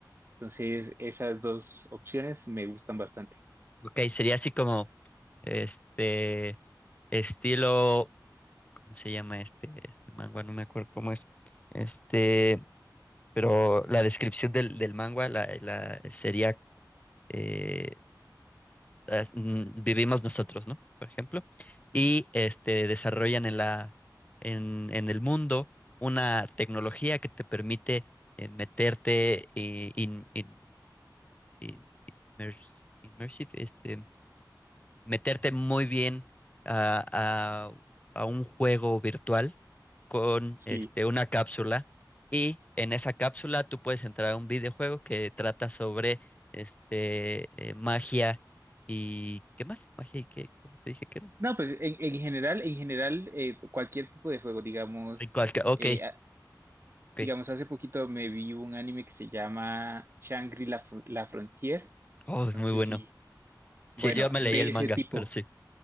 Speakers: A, on the right; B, on the left.
A: Entonces, esas dos opciones me gustan bastante.
B: Ok, sería así como Este, estilo, ¿cómo se llama este? Este manga, no me acuerdo cómo es. Este, pero la descripción del, del manga la, la sería eh, as- mm, vivimos nosotros, ¿no? Por ejemplo. Y este desarrollan en la en, en el mundo una tecnología que te permite eh, meterte eh, in, in- in- immerse- immersive, este meterte muy bien a, a- a un juego virtual con
A: Sí.
B: este, una cápsula y en esa cápsula tú puedes entrar a un videojuego que trata sobre este, eh, magia y... ¿Qué más? Magia y qué, ¿cómo te dije que era?
A: No, pues en, en general, en general, eh, cualquier tipo de juego, digamos,
B: Ay, Cuasca- ok,
A: eh, a-
B: ok.
A: digamos, hace poquito me vi un anime que se llama Shangri-La Fr- La Frontier,
B: Oh, es
A: no
B: muy
A: sé
B: bueno.
A: si, bueno,
B: Sí, yo me
A: de
B: leí el
A: ese
B: manga,
A: tipo,
B: pero sí.